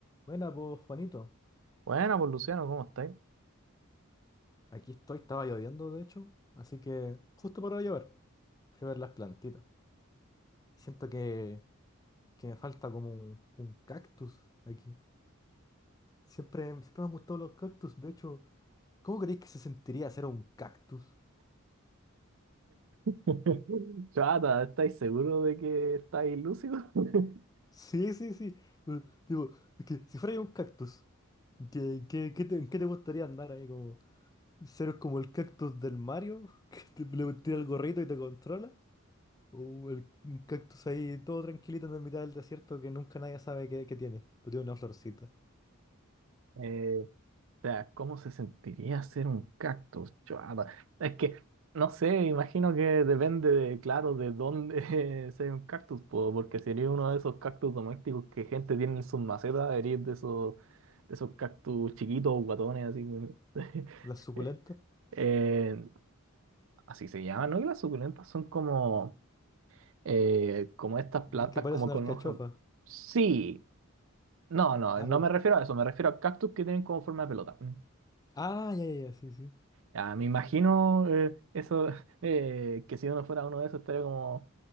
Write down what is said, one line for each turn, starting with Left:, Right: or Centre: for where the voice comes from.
Left: Buena, pues Juanito.
Right: Bueno, pues Luciano, ¿cómo estáis?
Left: Aquí estoy, estaba lloviendo de hecho, así que justo para llover fui a ver las plantitas. Siento que, que me falta como un, un cactus aquí. Siempre, siempre me han gustado los cactus, de hecho, ¿cómo creéis que se sentiría ser un cactus?
Right: <laughs> Chata, ¿estáis seguros de que estáis lúcidos? <laughs>
Left: Sí, sí, sí. Eh, Digo, es que si fuera yo un cactus, ¿qué, qué, qué te, en qué te gustaría andar ahí como ser como el cactus del Mario, <laughs> que te, le tira el gorrito y te controla? Un, el- un cactus ahí todo tranquilito en la mitad del desierto que nunca nadie sabe qué, qué tiene. Pero tiene una florcita.
Right: Eh, o sea, ¿cómo se sentiría ser un cactus? Chata, es que, no sé, imagino que depende, de, claro, de dónde <laughs> sea un cactus, po, porque si eres uno de esos cactus domésticos que gente tiene en sus macetas, eres de esos, de esos cactus chiquitos, guatones, así que...
Left: Las suculentas.
Right: <laughs> eh, así se llaman, ¿no? Y las suculentas son como... eh, como estas
Left: Las
Right: plantas
Left: que parecen
Right: como
Left: alcachofas.
Right: con hojas. Sí, no, no,
Left: Ah,
Right: no
Left: pero...
Right: me refiero a eso, me refiero a cactus que tienen como forma de pelota. Mm.
Left: Ah, ya, ya, ya, sí, sí.
Right: Ya, me imagino eh, eso, <laughs> eh, que si uno fuera uno de esos estaría como